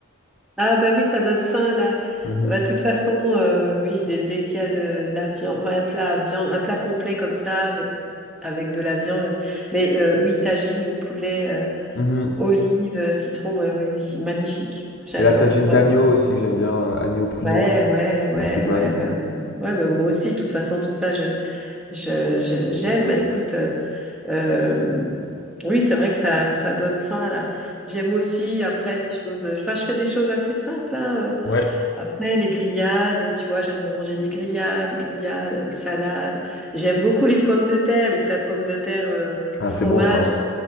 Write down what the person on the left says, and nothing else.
Mhm,
mhm.
Et la tagine
d'agneau aussi, que j'aime bien, euh, agneau pruneau,
qui est assez bonne.
Ouais.
Ah,
c'est bon ça. hein.